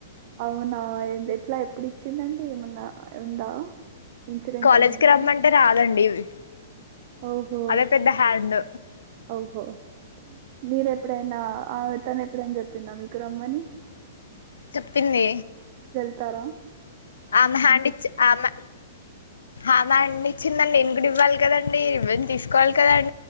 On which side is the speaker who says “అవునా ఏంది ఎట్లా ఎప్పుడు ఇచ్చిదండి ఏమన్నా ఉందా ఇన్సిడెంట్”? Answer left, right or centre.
Right